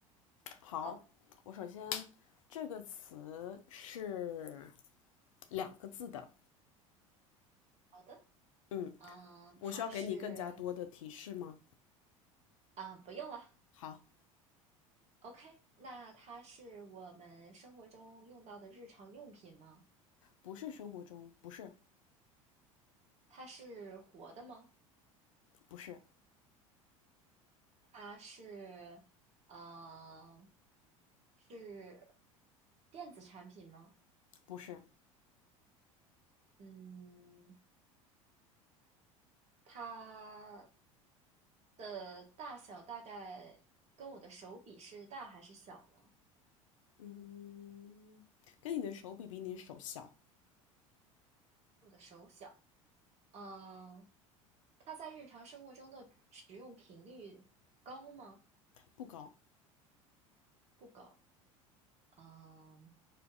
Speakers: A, on the left; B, on the right.
A: 好，
B: 好，
A: 我首先这个词是两个字的，
B: 好的，
A: 嗯，
B: 嗯，
A: 我需要给你更加多的提示吗？
B: 它是啊，不用了。
A: 好，
B: OK，那它是我们生活中用到的日常用品吗？
A: 不是生活中，不是，
B: 它是活的吗？
A: 不是，
B: 它是呃，是电子产品吗？
A: 不是，
B: 嗯，它的大小大概跟我的手比是大还是小呢？
A: 嗯，跟你的手比，比你的手小，
B: 我的手小。嗯，它在日常生活中的使用频率高吗？
A: 不高，
B: 不高。嗯，